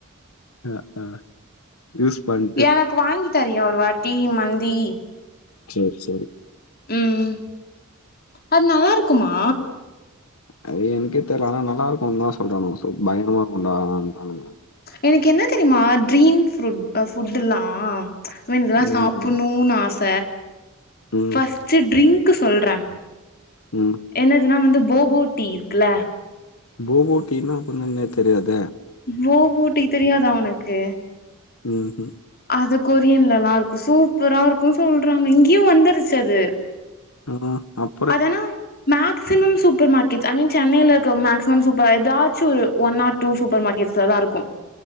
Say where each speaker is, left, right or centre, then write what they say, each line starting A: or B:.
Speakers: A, on the left; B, on the left.
A: அ அ யூஸ் பண்
B: எனக்கு வாங்கி தரியா ஒரு வாட்டி மந்தி
A: சேரி சேரி
B: ம்ம் அது நல்லா இருக்குமா
A: அது எனக்கே தெர்ல ஆனா நல்லா இருக்குன் தா சொல்றானுவே சோ பயங்கரமா இருக்குண்டானுங்க
B: எனக்கு என்ன தெரியுமா ட்ரீம் ஃப்ரூட் அ ஃபுட்டுல்லா அ இதெல்லா
A: ம்
B: சாப்பிட்ணுனு
A: அதா
B: ஆச
A: ம்
B: ஃபஸ்ட் ட்ரிங்க்கு சொல்றே
A: ம்
B: என்னதுன்னா வந்து போகோட்டி இருக்குல
A: போகோட்டினா அப்பின்னா என்னன் தெரியாதே
B: போகோட்டீ தெரியாதா உனக்கு
A: ம் ம்
B: அது கொரியன்லல்லா இருக்கு சூப்பரா இருக்கு சொல்றாங்க இங்கயு வந்துருச்சு அது
A: ஆ அப்
B: அது ஆனா max maximum super market I mean சென்னையில இருக்க மேக்ஸிமம் சூப்பர் எதாச்சு ஒன் ஆர் டூ சூப்பர் மார்கெட்ஸ்சா தா இருக்கு <inaudible>